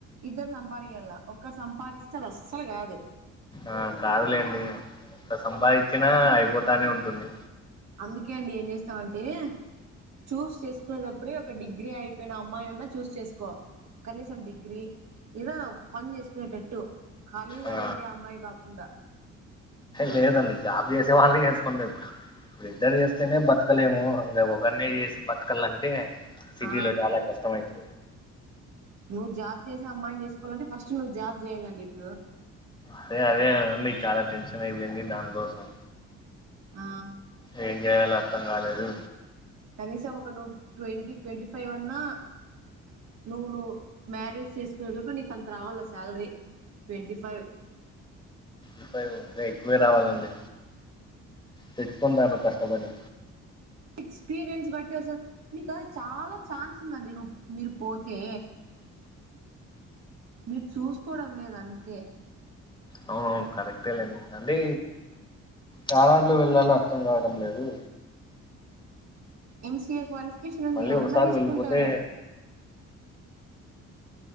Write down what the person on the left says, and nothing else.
ఆ కాదులేండి ఎంత సంపాదించినా అయిపోతానే ఉంటుంది
ఆ
లేదండి జాబ్ చేసే వాళ్ళకి చేసుకుంటా ఎప్పుడు ఇప్పుడు ఇద్దరు చేస్తేనే బతకలేము ఇంకా ఒకరినే చేసి బతకలంటే సిటీలో
చాలా కష్టమైంది
అదే అదేం మీకు చాలా టెన్షన్ అయిపోయింది దానికోసం
ఏం చేయయాలో అర్థం కాలేదు
ఇగ అంటే ఎక్కువే రావాలండి తెచ్చుకుంటాను కష్టపడి
అవునవును కరెక్టే లేండి అంటే చాలాంట్లో వెళ్ళాలి అర్థం కావడం లేదు
మళ్ళీ
ఒకసారి
వెళ్ళిపోతే